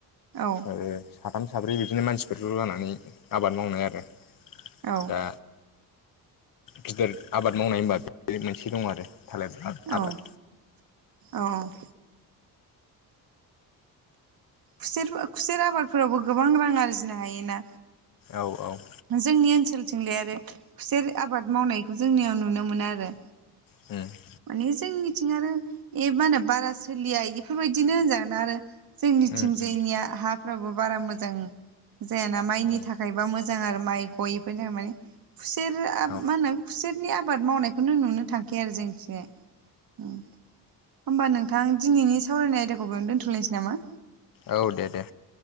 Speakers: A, on the right; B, on the left.
A: औ
B: <unintelligible> साथाम साब्रै बिदिनो मानसिफोरफोर ज' जानानै आबाद मावनाय आरो
A: औ
B: दा गिदिर आबाद मावनाय होनबा बे मोनसे दं आरो थालिर आबाद
A: औ औ औ। खुसेर खुसेर आबादफोरावबो गोबां रां आरजिनो हायोना।
B: औ औ।
A: जोंनि ओनसोलथिंलाय आरो खुसेर आबाद मावनायखौ जोंनियाव नुनो मोना आरो
B: होम
A: मानि जोंनिथिं आरो ए मा होनो बारा सोलिया इफोरबायदिनो होनजागोन आरो जोंनि
B: उम
A: थिंजायनिया
B: उम
A: हाफ्राबो बारा मोजां जायाना माइनि
B: उम
A: थाखायबा मो जां आरो माइ गय इफोरनि थाखाय माने खुसेरा
B: औ
A: मा होनो? खुसेरनि आबाद मावनायखौनो नुनो थांखाया आरो जोंथिं। <unintelligible> होमबा नोंथां दिनैनि सावरायनाय आयदाखौ बेयावनो दोन्थ'लायसै नामा?
B: औ दे दे।